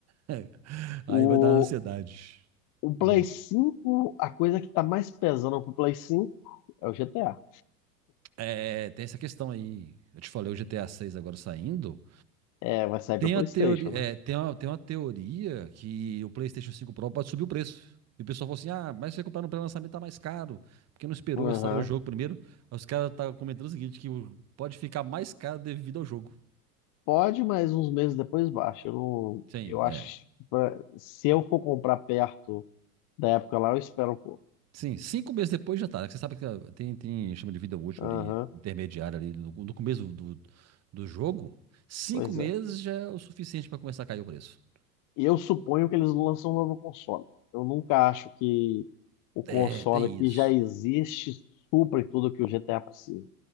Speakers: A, on the right; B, on the left.
A: <laughs> Aí
B: o,
A: vai dar ansiedade.
B: o Play
A: Uhum.
B: 5, a coisa que tá mais pesando pro Play 5 é o GTA.
A: É, tem essa questão aí. Eu te falei o GTA 6 agora saindo.
B: É, vai sair
A: Tem
B: pra PlayStation,
A: a teoria,
B: né?
A: é, tem uma, tem uma teoria que o PlayStation cinco Pro pode subir o preço. E o pessoal falou assim: ah, mas se você comprar no pré-lançamento tá mais caro, porque não esperou
B: Aham.
A: sair o jogo primeiro. Aí Os caras tá comentando o seguinte: que o- pode ficar mais caro devido ao jogo.
B: Pode, mas uns meses depois baixa. Eu, não,
A: Sim,
B: eu acho
A: é.
B: que pra- se eu for comprar perto da época lá, eu espero um pouco.
A: Sim, cinco meses depois já tá, né? Você sabe que ah, tem, tem chama de vida útil
B: Aham,
A: ali, intermediária ali, no, no começo do, do jogo. Cinco
B: pois
A: meses
B: é.
A: já é o suficiente para começar a cair o preço.
B: E eu suponho que eles lançam um novo console. Eu nunca acho que o console
A: É, tem
B: que
A: isso.
B: já existe supre tudo que o GTA precisa.